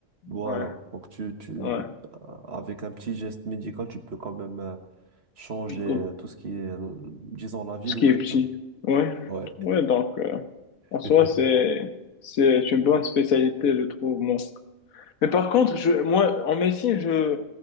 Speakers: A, on the right; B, on the left.
A: Voilà.
B: Ouais,
A: Donc, tu, tu, euh,
B: ouais.
A: avec un petit geste médical, tu peux quand même euh, changer euh,
B: Ou-
A: tout ce qui est, euh, disons, la vie
B: Ce
A: de
B: qui
A: quelqu'un.
B: est petit. Ouais,
A: Ouais.
B: ouais, donc, euh, en soi,
A: <laughs>
B: c'est, c'est une bonne spécialité, je trouve, moi. Mais par contre, je, moi, en médecine, je